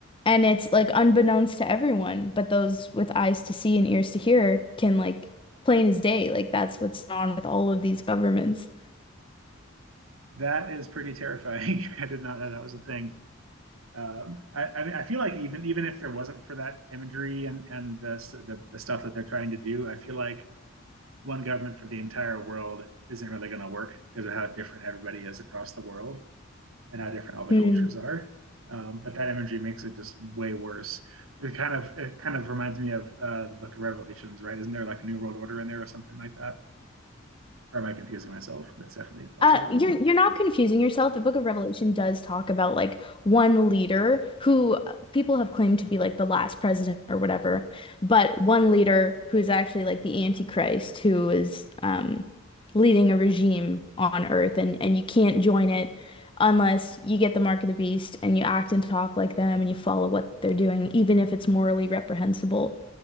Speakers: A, on the left; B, on the right.
A: and it's like unbeknownst to everyone, but those with eyes to see and ears to hear can like plain as day. Like that's what's on with all of these governments.
B: That is pretty terrifying. <laughs> I did not know that was a thing. Um, I, I mean, I feel like even even if there wasn't for that imagery and and the, the the stuff that they're trying to do, I feel like one government for the entire world isn't really going to work because of how different everybody is across the world and how different all the
A: Hmm.
B: cultures are. Um, but that imagery makes it just way worse. It kind of it kind of reminds me of uh, the Book of Revelations, right? Isn't there like a New World Order in there or something like that? Or am I confusing myself? That's definitely a possibility.
A: Uh, you're you're not confusing yourself. The Book of Revelation does talk about like one leader who uh, people have claimed to be like the last president or whatever, but one leader who is actually like the Antichrist who is um leading a regime on Earth and and you can't join it unless you get the mark of the beast and you act and talk like them and you follow what they're doing, even if it's morally reprehensible.